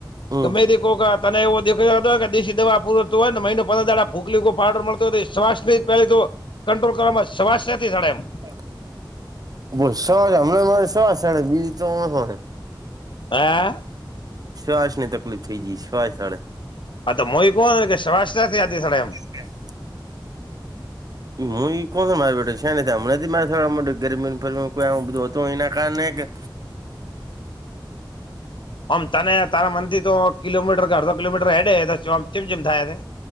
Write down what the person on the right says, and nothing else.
હમ
હ. બ શવા છે હમણાં મારે શવાસે બી તો ઓ
શ્વાસ ની તકલીફ થઇ જઈ શ્વાસ વાડે
એમ હું ઈ કોણ છ મારી બેઠું છે ને હમ નથી મારે થ મો ગરમી ફરી કોઈું બધું હતું એના કારણે <unintelligible>